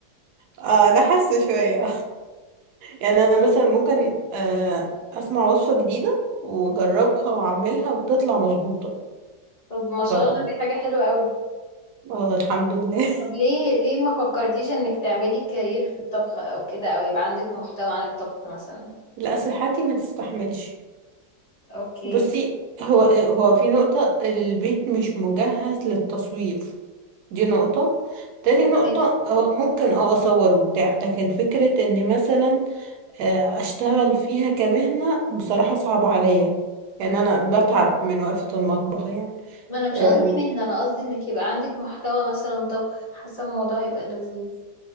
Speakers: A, on the right; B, on the left.
A: اه انا حاسه شويه يعني انا مثلا ممكن آه، اسمع وصفة جديدة واجربها واعملها وتطلع مظبوطة
B: طب ما
A: ف
B: شاء الله دي حاجة حلوة قوي
A: آه، الحمد لله
B: طب ليه ليه ما فكرتيش انك تعملي كارير في الطبخ او كده او يبقى عندك محتوى عن الطبخ مثلا
A: <laughs> لا صحتي ما تستحملش
B: اوكي
A: بصي هو هو في نقطة البيت مش مجهز للتصوير دي نقطة تاني نقطة
B: فهماكي
A: هو ممكن اه اصور وبتاع لكن فكرة اني مثلا آه، اشتغل فيها كمهنة بصراحة صعب عليا يعني انا بتعب من وقفة المطبخ يعني
B: ما انا مش
A: آه،
B: قصدي مهنة انا قصدي انك يبقى عندك محتوى مثلا طبخ حاسة الموضوع هيبقى لذيذ